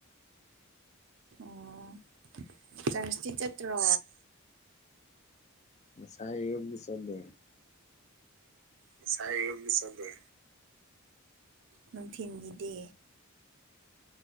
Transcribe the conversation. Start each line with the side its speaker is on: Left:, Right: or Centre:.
Right: ꯑꯣ ꯆꯔꯁꯇꯤ ꯆꯠꯇ꯭ꯔꯣ
Left: ꯉꯁꯥꯏ ꯑꯌꯨꯛꯅ ꯆꯠꯂꯦ
Right: ꯉꯁꯥꯏ ꯑꯌꯨꯛꯅ ꯆꯠꯂꯦ ꯅꯨꯡꯊꯤꯟꯒꯤꯗꯤ